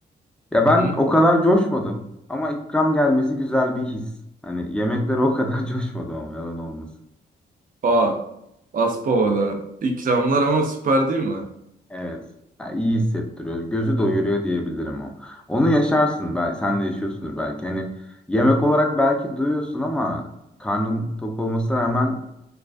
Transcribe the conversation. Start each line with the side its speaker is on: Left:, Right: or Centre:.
Centre: Ya ben
Right: Hı hı.
Centre: o kadar coşmadım ama ikram gelmesi güzel bir his. Hani yemeklere o kadar <laughs> coşmadım ama yalan olmasın.
Right: Aa Aspava'da. İkramlar ama süper değil mi?
Centre: Evet. Ya iyi hissettiriyor. Gözü doyuruyor diyebilirim o. Onu yaşarsın belki sen de yaşıyorsundur belki. Hani yemek olarak belki duyuyorsun ama karnın tok olmasına rağmen